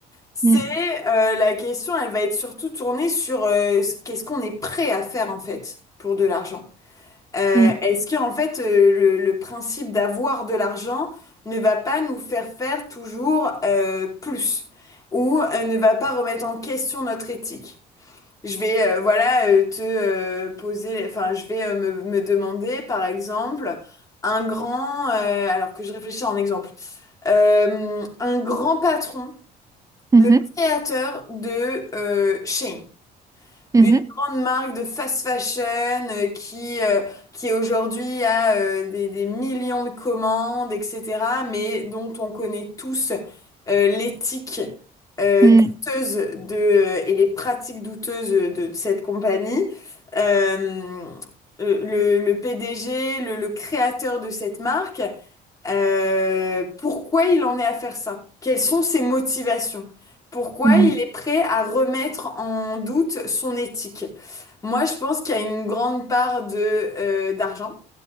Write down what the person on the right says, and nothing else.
mm,
mm,
mm,
mhm,
mhm,
mm,
mm,